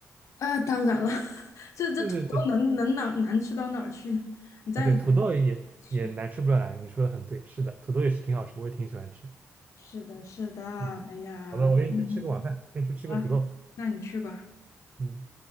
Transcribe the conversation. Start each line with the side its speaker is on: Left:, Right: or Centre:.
Left: 啊、当然了，<laughs> 这这土豆能能哪难吃到哪儿去？
Right: 对对对，
Left: 你再怎么做好吃，
Right: 啊对，土豆也也难吃不了难，你说的很对，是的，土豆也是挺好吃，我也挺喜欢吃。
Left: 是的，是的，
Right: 嗯，
Left: 哎呀，
Right: 好的，我先去吃个晚饭，
Left: 嗯
Right: 先去吃个土豆。
Left: 好了，那你去吧。
Right: 嗯。